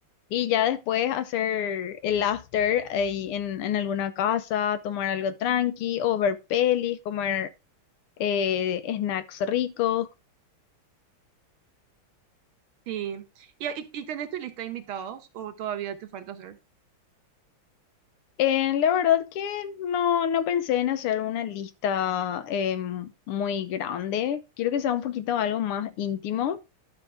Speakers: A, on the left; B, on the right.
A: y ya después hacer el after ahí en, en alguna casa, tomar algo tranqui o ver pelis, comer eh, snacks ricos,
B: Sí. ¿Y, y, y tenés tu lista de invitados o todavía te falta hacer?
A: Eh, la verdad que no, no pensé en hacer una lista em, muy grande. Quiero que sea un poquito algo más íntimo.